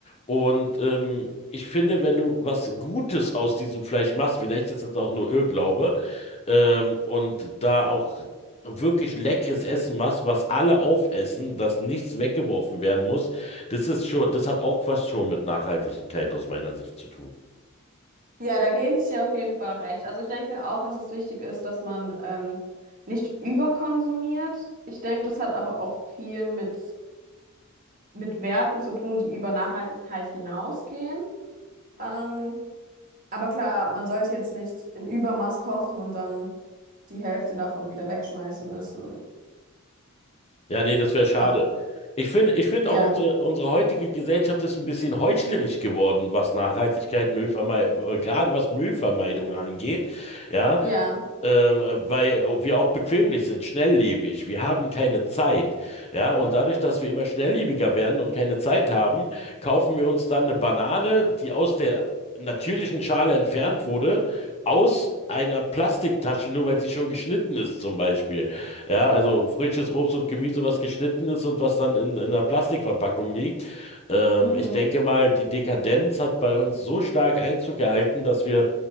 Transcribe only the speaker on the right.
Ja, da gebe ich dir auf jeden Fall recht. Also ich denke auch, dass es wichtig ist, dass man ähm, nicht überkonsumiert. Ich denke, das hat aber auch viel mit, mit Werten zu tun, die über Nachhaltigkeit hinausgehen. Ähm, aber klar, man sollte jetzt nicht im Übermaß kochen und dann die Hälfte davon wieder wegschmeißen müssen.
Äh,
ja,
ja,
mhm.